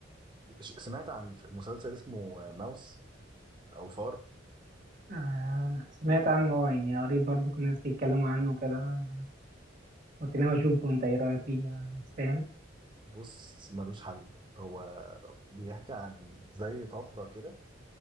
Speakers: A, on the right; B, on the right.
A: ش- سمعت عن مسلسل اسمه ماوس او فار
B: آه سمعت عنه آه، يعني قريت برضو كل الناس بيتكلموا عنه كده قلت لهم أشوفه أنت إيه رأيك فيه آه، يستاهل
A: بص ملوش حل هو بيحكي عن زي طفرة كده